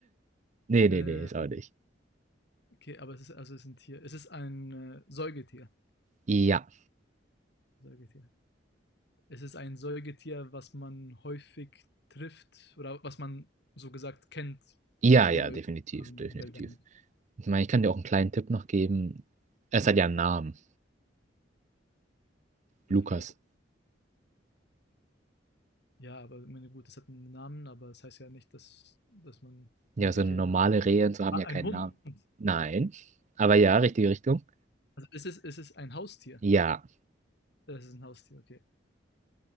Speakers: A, on the right; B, on the left.
A: Nee,
B: äh,
A: nee, nee, ist auch nicht.
B: okay, aber es ist also es ist ein Tier. Es ist ein äh, Säugetier.
A: Ja.
B: Säugetier. Es ist ein Säugetier, was man häufig trifft oder was man so gesagt kennt
A: Ja,
B: in
A: ja,
B: Europa,
A: definitiv,
B: in
A: definitiv.
B: den Wäldern.
A: Ich meine, ich kann dir auch einen kleinen Tipp noch geben. Es hat ja einen Namen.
B: Also,
A: Lukas.
B: Log- ja, aber ich meine, gut, es hat einen Namen, aber es heißt ja nicht, dass, dass man
A: Ja,
B: irgendwelche.
A: so normale
B: Na-
A: Rehe und so haben
B: ah,
A: ja
B: ein
A: keinen
B: Hund.
A: Namen. Nein. Aber ja, richtige Richtung.
B: Also, es ist, es ist ein Haustier.
A: Ja.
B: Es ist ein Haustier, okay.